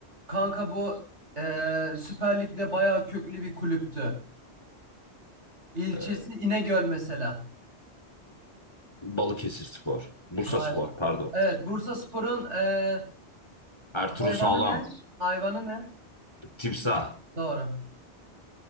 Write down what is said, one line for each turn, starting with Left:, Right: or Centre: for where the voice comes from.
Right: Kanka bu eee Süper Lig'de bayağı köklü bir kulüptü. İlçesi
Left: Ee,
Right: İnegöl mesela.
Left: Balıkesir Spor. Bursa
Right: Hayır.
Left: Spor pardon.
Right: Evet, Bursaspor'un eee
Left: Ertuğrul
Right: hayvanı
Left: Sağlam.
Right: ne? Hayvanı ne?
Left: Timsah.
Right: Doğru.